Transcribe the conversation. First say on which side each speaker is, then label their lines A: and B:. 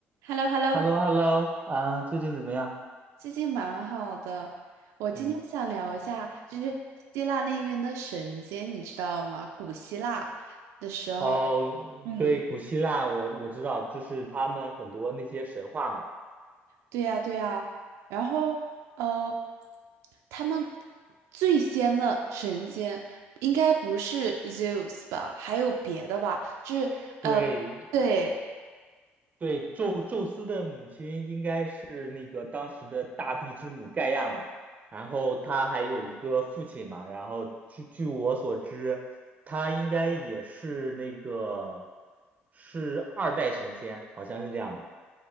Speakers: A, on the right; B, on the right.
A: h e l l o h e l l o
B: h e l l o h e l l o 啊，最近怎么样？
A: 最近蛮好的。我今天想聊一下，
B: 嗯，
A: 就是希腊那边的神仙，你知道吗？古希腊的时候，
B: 哦，
A: 嗯，
B: 对，古希腊我我知道，就是他们很多那些神话嘛。
A: 对呀，对呀。然后，呃，他们最先的神仙应该不是 Zeus 吧？还有别的吧？就是，呃，
B: 对
A: 对，
B: 对，宙宙斯的母亲应该是那个当时的大地之母盖亚嘛，然后他还有一个父亲嘛，然后据据我所知，他应该也是那个是二代神仙，好像是这样吧。